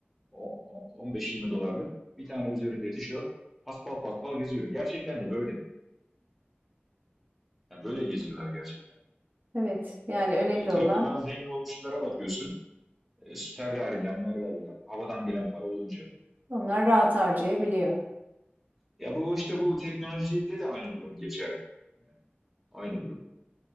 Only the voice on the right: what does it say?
Evet, yani önemli
olan
onlar rahat harcayabiliyor.